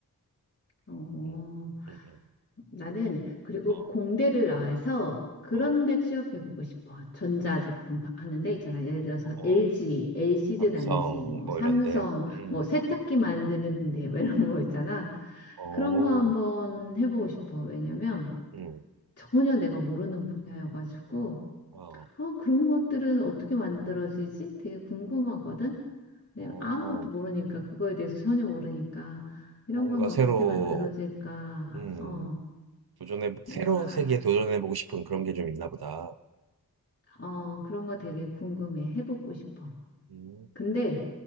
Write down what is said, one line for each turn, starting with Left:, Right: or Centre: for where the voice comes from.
Left: 어,
Right: 음, 음, 음.
Left: 나는 그리고
Right: 어,
Left: 공대를 나와서 그런
Right: 어,
Left: 데 취업해보고 싶어. 전자제품 파- 하는 데 있잖아. 예를 들어서
Right: 어,
Left: LG, l 씨드
Right: 삼성
Left: 단지, 뭐
Right: 뭐
Left: 삼성,
Right: 이런데, 음,
Left: 뭐 세탁기 만드는 데뭐 이런
Right: 음,
Left: 거 있잖아.
Right: 어,
Left: 그런 거 한번 해보고 싶어. 왜냐면
Right: 음,
Left: 전혀 내가 모르는 분야여가지고
Right: 어,
Left: 어, 그런 것들은 어떻게 만들어지지? 되게 궁금하거든. 네,
Right: 어,
Left: 아무것도 모르니까 그거에 대해서 전혀 모르니까 이런
Right: 뭔가
Left: 거는 어떻게
Right: 새로,
Left: 만들어질까?
Right: 음,
Left: 어,
Right: 도전해 새로운
Left: 뭔가
Right: 세계에 도전해보고 싶은 그런 게 좀 있나 보다.
Left: 어, 그런 거 되게 궁금해. 해보고 싶어.
Right: 음,
Left: 근데